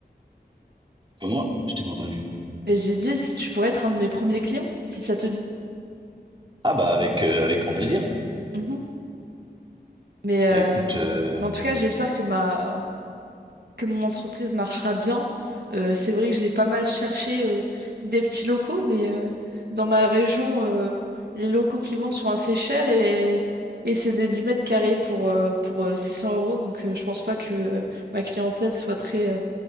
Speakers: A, on the right (about 30°); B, on the right (about 75°).
A: Comme moi, je t'ai pas entendu.
B: Et j'ai dit, tu pourrais être un de mes premiers clients, si ça te dit.
A: Ah bah avec, euh, avec grand plaisir.
B: Mhm. Mais, euh,
A: Bah écoute... euh,
B: mais en tout cas, j'espère que ma, que mon entreprise marchera bien. Euh, c'est vrai que j'ai pas mal cherché euh, des petits locaux, mais euh, dans ma région, euh, les locaux qui vendent sont assez chers et, et c'est des 10 mètres carrés pour, euh, pour euh, 600 euros. Donc euh, je pense pas que euh, ma clientèle soit très, euh,